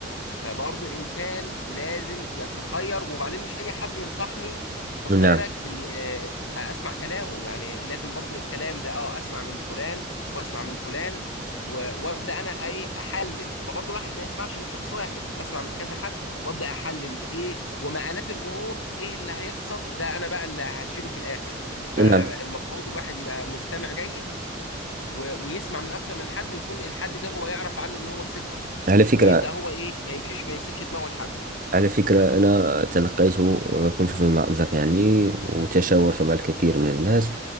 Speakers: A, on the left; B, on the right.
A: فبرضه الانسان لازم يتخير وبعدين مش اي حد ينصحني خد
B: نعم
A: بالك ان آه، اسمع كلامه يعني لازم برضه الكلام ده اه اسمع من فلان واسمع من فلان و- وابدا انا ايه احلل فبرضه الواحد ما يسمعش من شخص واحد اسمع من كذا حد وابدا احلل ايه ومآلات الامور ايه اللي هيحصل ده انا بقى اللي هشيله في الاخر فالمفروض
B: نعم
A: الواحد يبقى مستمع جيد و- ويسمع من اكتر من حد ويكون الحد ده هو يعرف عنه ان هو ثقة
B: على فكرة
A: ويبدا هو ايه ما يمشيش ما يسيبش دماغه لحد
B: على فكرة أنا تلقيت كنت في مأزق يعني وتشاورت مع الكثير من الناس